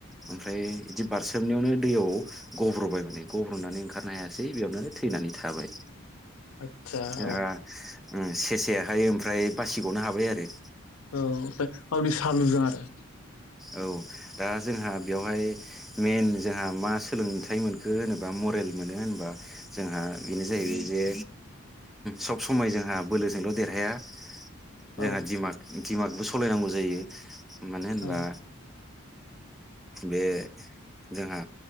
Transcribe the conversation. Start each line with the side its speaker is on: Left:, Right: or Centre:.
Centre: ओमफ्राय बिदि बारसोमनायावनो दैयाव गब्र'बाय माने गब्र'नानै ओंखारनो हायासै बेयावनो थैनानै थाबाय
Left: आतसा
Centre: जोंहा
Left: औ
Centre: सेसेयाहाय ओमफ्राय बासिग'नो हाबाय आरो
Left: औ आवनि सालुजों आरो
Centre: औ दा जोंहा बेवहाय मेन जोंहा मा सोलोंथाइ मोनखो होनोबा मर मोनो होनबा जोंहा बेनो जाहैबायजे सब समाय जोंहा बोलोजोंल' देरहाया जोंहा
Left: औ
Centre: दिमाग दिमागबो सालायनांगौ जायो मानो होनबा
Left: औ
Centre: बे जोंहा